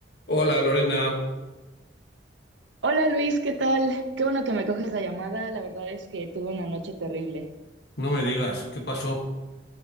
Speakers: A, on the left (about 60°); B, on the right (about 85°).
A: Hola Lorena,
B: Hola Luis, ¿qué tal? Qué bueno que me coges la llamada. La verdad es que tuve una noche terrible.
A: no me digas, ¿qué pasó?